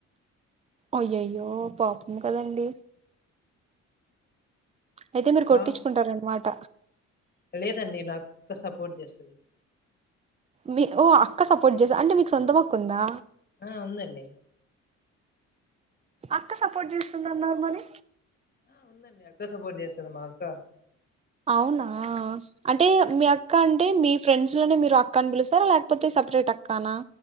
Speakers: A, on the right (about 20°); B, on the left (about 30°).
A: అయ్యయ్యో పాపం కదండి అయితే మీరు కొట్టించుకుంటార
B: బాగా
A: అన్నమాట
B: లేదండి నాకు అక్క సపోర్ట్ చేస్తుంది
A: మీ ఓ అక్క సపోర్ట్ చేసా అంటే మీకు సొంత మక్కు ఉందా
B: హా ఉంది అండి
A: అక్క సపోర్ట్ చేస్తుందన్నారు మరి
B: ఆ ఉందండి అక్క సపోర్ట్ చేస్తంది మా అక్క
A: అవునా అంటే మీ అక్క అక్క అంటే మీ ఫ్రెండ్స్ లోనే మీరు అక్కని పిలుస్తారా లేకపోతే సపరేట్ అక్కానా